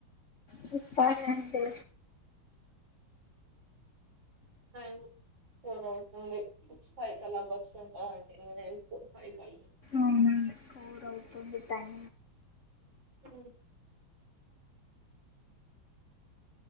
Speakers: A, on the left; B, on the right.
A: చెప్పాలాంటి
B: టైం ఫోర్ అవుతుంది ఫైవ్ కలాక్ బస్ ఉంటాందిండి నేను కో పై ఫై
A: అవునండి ఫోర్ అవుతుంది టైం
B: ఉమ్